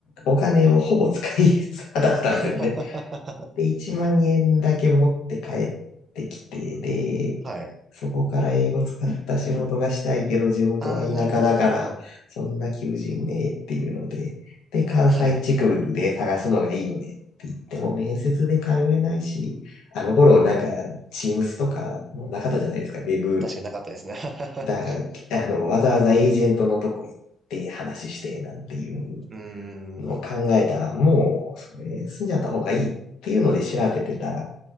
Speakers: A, on the left (about 85°); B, on the right (about 40°).
A: お金をほぼ使い果たしたんですよね。
B: <laughs>
A: で、1万円だけ持って帰ってきて、で、
B: はい。
A: そこから英語使った仕事がしたいけど、地元は田舎だから、
B: ああ、なるほど、なるほど。
A: そんな求人ねえっていうので、で、関西地区で探すのがいいよねって言っても、
B: はい。
A: 面接で通えないし、あの頃なんか、チームスとかもうなかったじゃないですか、ウェブ
B: 確かになかったですね。<laughs>
A: だ、あの、わざわざエージェントのとこ行って話してなんていう
B: うー
A: のを考えたら、
B: ん。
A: もう、それ、住んじゃった方がいいっていうので調べてたら、